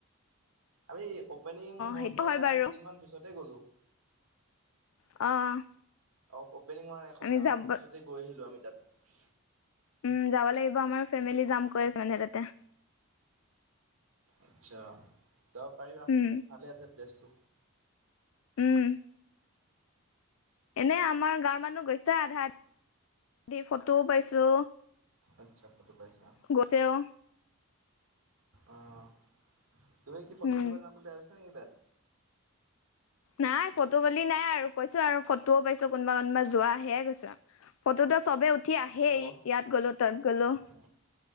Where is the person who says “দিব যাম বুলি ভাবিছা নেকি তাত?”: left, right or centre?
Right